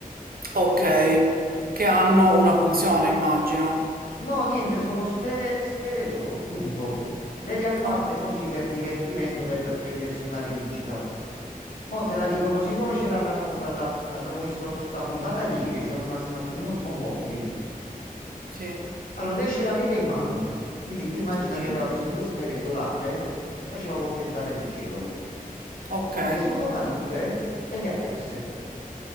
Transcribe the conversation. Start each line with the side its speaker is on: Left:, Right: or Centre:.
Right: Ok. Che hanno una funzione, immagino.
Left: No, niente, sono sfere, sfere d'oro, punto. Lei le ha fatte
Right: Ok.
Left: così per divertimento, per prendersi una rivincita. Mo' te la dico così come ce l'ha raccontata, l'abbiamo visto sta puntata ieri e siamo rimasti un attimino sconvolti.
Right: Sì.
Left: Allora, lei ce l'aveva in mano, quindi tu immagina
Right: Sì.
Left: che aveva queste due sfere dorate che faceva volteggiare nel cielo.
Right: Ok.
Left: Le sono cadute e le ha perse.